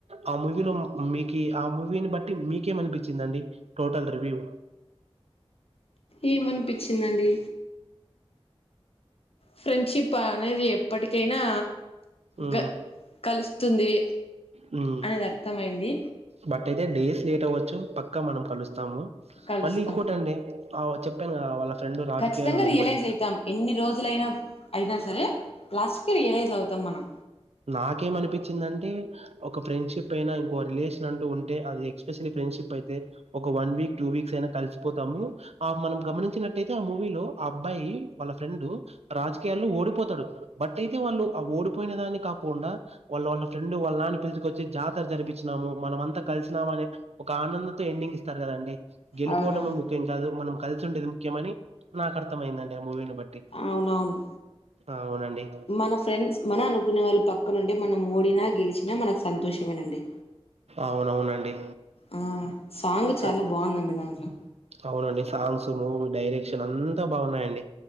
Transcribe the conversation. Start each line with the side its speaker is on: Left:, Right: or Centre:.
Right: ఆ మూవీలో మీకు ఆ మూవీని బట్టి మీకేమ అనిపించిందండి టోటల్ రివ్యూ
Left: ఈ మనిపించిందండి ఫ్రెండ్షిప్ అనేది ఎప్పటికైనా
Right: హ్మ్
Left: గ కలుస్తుంది
Right: హ్మ్
Left: అనేది అర్థమైంది
Right: బట్ అయితే డేస్ లేట్ అవ్వచ్చు పక్కా మనం పలుస్తాము
Left: కలుస్తాం
Right: మళ్ళీ ఇక్కొటండి అవ చెప్పాను కదా వాళ్ళ ఫ్రెండ్ రాజకీయాల్లో
Left: ఖచ్చితంగా
Right: నిలబడింటాడు
Left: రియలైజ్ అయితాం ఎన్ని రోజులైనా అయినా సరే లాస్ట్కి రియలైజ్ అవుతాం మనం
Right: నాకేమ అనిపిచ్చిందంటే ఒక ఫ్రెండ్షిప్ అయినా ఇంకో రిలేషన్ అంటూ ఉంటే అది ఎక్స్పెషలీ ఫ్రెండ్షిప్ అయితే ఒక వన్ వీక్ టూ వీక్స్ అయినా కలిసిపోతాము ఆ మనం గమనించినట్టయితే ఆ మూవీలో ఆ అబ్బాయి వాళ్ళ ఫ్రెండు రాజకీయాల్లో ఓడిపోతాడు. బట్ అయితే వాళ్ళు ఆ ఓడిపోయిన దాన్ని కాకుండా వాళ్ళ వాళ్ళ ఫ్రెండ్ వాళ్ళ నాన్న పిలుచుకొచ్చి జాతర జరిపిచ్చినాము మనమంతా కలిసినాము అని ఒక ఆనందంతో ఎండింగ్ ఇస్తారు కదండి. గెలుపోటమే
Left: అవునా
Right: ముఖ్యం కాదు మనం కలిసి ఉండేది ముఖ్యమని నాకు అర్థమయిందండి ఆ మూవీను బట్టి
Left: అవునవును
Right: అవునండి
Left: మన ఫ్రెండ్స్ మన అనుకునే వాళ్ళు పక్కనుంటే మనం ఓడిన గెల్ పిలిచినా మనకు సంతోష్ మేనండి
Right: అవునవునండి
Left: ఆ సాంగ్
Right: స
Left: చాలా బాందండి దాంట్లో
Right: అవునండి సాంగ్స్, మూవీ డైరెక్షన్ అంతా బాగున్నాయండి.